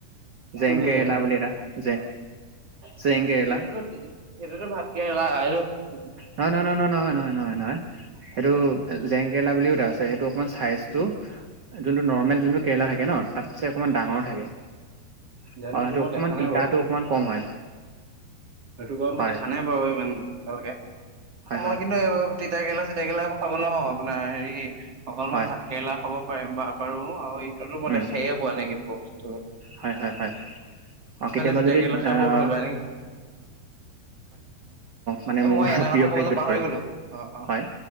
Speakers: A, on the right; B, on the right.
A: জেং
B: কোণটো কেৰেলা,
A: বুলি এটা জে জেং কেৰেলা
B: সেইটোতো-সেইটোতো ভাতকেৰেলা <unintelligible>
A: নহয় নহয়-নহয়- নহয়-নহয়- নহয়- নহয়- নহয়, সেইটো জেংকেৰেলা বুলিও এটা আছে সেইটো অকমান চাইজটো যোনটো নৰ্মেল যোনটো কেৰেলা থাকে ন তাতছে অকমান ডাঙৰ থাকে। আৰু
B: জানো
A: সেইটো
B: মই
A: অকমান
B: দেখা নাই
A: তিতাটো
B: বাৰু
A: অকমান কম হয়।
B: সেইটো বাৰু মই
A: হয়
B: দেখা নাই বাৰু ইমান ভালকে।
A: হয় হয়
B: মই কিন্তু এই তিত কেৰেলা চি তিতা কেৰেলা এইবোৰ খাব নোৱাৰো আপোনাৰ হেৰি অকল
A: হয়
B: মই ভাত কেৰেলা খাব হয় বাহ পাৰোঁ আৰু এই <unintelligible>
A: উম
B: খায়ে পোৱা নাই কিন্তু। ত'
A: হয়, হয়, হয় আৰু কেতিয়াবা
B: তিতা
A: যদি
B: কেৰেলা খাই
A: অ'
B: বৰ ভাল পায় নেকি
A: মানে
B: এ
A: মোৰ
B: মই এটা
A: প্ৰিয়
B: কথা ক'বলৈ
A: খাদ্যত
B: পাহৰি
A: পৰে
B: গ'লো অ', অ',
A: হয়